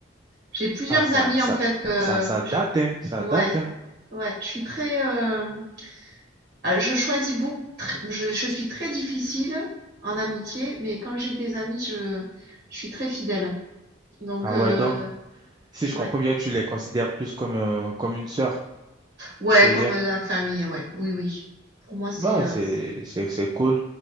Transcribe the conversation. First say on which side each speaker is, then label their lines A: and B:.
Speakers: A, on the right (about 50°); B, on the right (about 20°).
A: J'ai plusieurs
B: Ah, ça,
A: amis
B: ça,
A: en fait que,
B: ça, ça
A: que
B: date,
A: j'ai.
B: hein, ça
A: Ouais,
B: date, hein.
A: ouais, je suis très. euh, ah, je choisis beaucoup. tr- Je, je suis très difficile en amitié, mais quand j'ai des amis, je, je suis très fidèle. Donc,
B: Ah
A: euh,
B: ouais, donc, si je
A: ouais,
B: comprends bien, tu les considères plus comme, euh, comme une sœur,
A: ouais,
B: je veux
A: comme
B: dire.
A: euh, la famille, ouais, oui, oui. Pour moi, c'est,
B: Bah,
A: euh,
B: c'est,
A: c'est-
B: c'est, c'est cool,